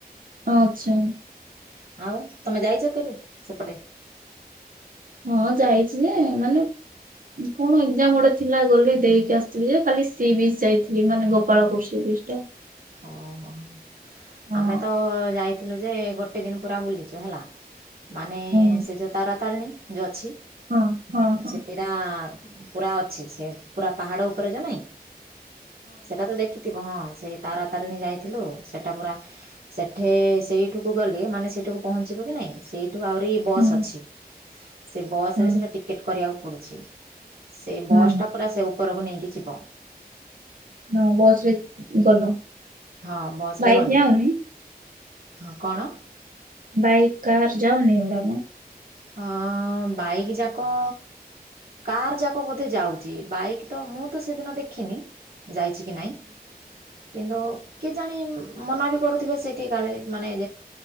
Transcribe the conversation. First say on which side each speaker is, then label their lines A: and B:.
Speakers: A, on the right; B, on the right.
A: ଆଛା।
B: ଆଉ ତୁମେ ଯାଇଛ କେବେ ସେପଟେ?
A: ହୁଁ ହଁ ଯାଇଛି ଯେ ମାନେ କଣ ଏକ୍ଜାମ ଗୋଟେ ଥିଲା ଗଲି ଦେଇକି ଆସିଥିଲି ଯେ ଖାଲି ସି ବିଚ ଯାଇଥିଲି ମାନେ ଗୋପାଳପୁର ସି ବିଚି ଟା।
B: ହଁ ହଁ ହଁ।
A: ହଁ
B: ଆମେ ତ ଯାଇଥିଲୁ ଯେ ଗୋଟେ ଦିନ ପୁରା ବୁଲିଛୁ ହେଲା। ମାନେ
A: ହୁଁ
B: ସେ ଯେଉଁ ତାରାତାରିଣୀ ଯେଉଁ ଅଛି
A: ହଁ ହଁ ହଁ
B: ସେ ସେଟା ପୁରା ଅଛି ସେ ପୁରା ପାହାଡ଼ ଉପରେ ଯୁ ନାହିଁ ସେଟା ତ ଦେଖି ଥିବ ହଁ ସେଇ ତାରାତାରିଣୀ ଯାଇଥିଲୁ ସେଇଟା ପୁରା ସେଠେ ସେଇଠିକୁ ଗଲେ ମାନେ ସେଇଠିକୁ ପହଞ୍ଚିବ କି ନାଇଁ ସେଇଠୁ ଆହୁରି ବସ୍
A: ହଁ
B: ଅଛି। ସେ ବସ୍
A: ହଁ
B: ରେ ଟିକେଟ୍ କରିବାକୁ ପଡ଼ୁଛି ସେଇ
A: ହଁ
B: ବସ୍ ଟା ପୁରା ସେ ଉପରକୁ ନେଇକି ଯିବ।
A: ହଁ ବସ୍ ରେ ଗଲ।
B: ହଁ ବସ୍
A: ବାଇକ୍
B: ରେ ଗଲୁ।
A: ଯାଅନି?
B: ହଁ କଣ?
A: ବାଇକ୍ କାହାର ଯାଉନି ଏଡ଼ା
B: ହଁ ବାଇକ୍ ଯାକ କାର୍ ଯାକ ବୋଧେ ଯାଉଛି ବାଇକ୍ ତ ମୁଁ ତ ସେଦିନ ଦେଖିନି। ଯାଇଛି କି ନାହିଁ କିନ୍ତୁ କେଜାଣି ମନା ବି କରୁଥିବେ ସେଇଠି କାଳେ ମାନେ